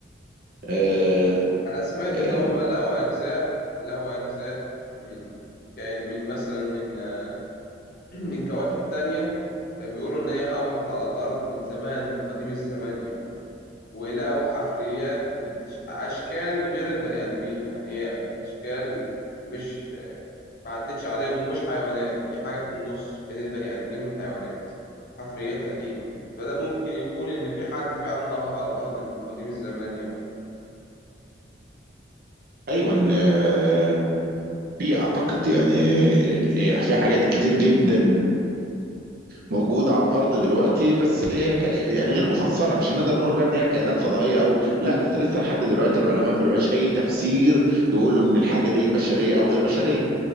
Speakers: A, on the right; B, on the left.
A: آه،
B: انا سمعت
A: آه،
B: ان هم لقوا اجزاء لقوا اجزاء من كائن- من مثلا من <clears throat> من كواكب تانية بيقولوا ان هي هبطت على الارض من زمان قديم الزمان يعني ولقوا حفريات بتش... أشكال غير البني آدمين يعني هي أشكال مش ما عدتش عليهم ومش حيوانات هي حاجة في النص بين البني آدمين والحيوانات حفريات قديمة فده ممكن يكون إن في حد فعلا هبط على الأرض من قديم الزمان يعني
A: ايوه آه، في اعتقد يعني آه، آه، في حاجات كتير جدا موجودة على الأرض دلوقتي بس هي ك... يعني غير مفسرة مش هنقدر نقول بقى إن هي كائنات فضائية أو لا بس لسه لحد دلوقتي العلماء ما لهاش أي تفسير يقولوا إن الحاجة دي بشرية أو غير بشرية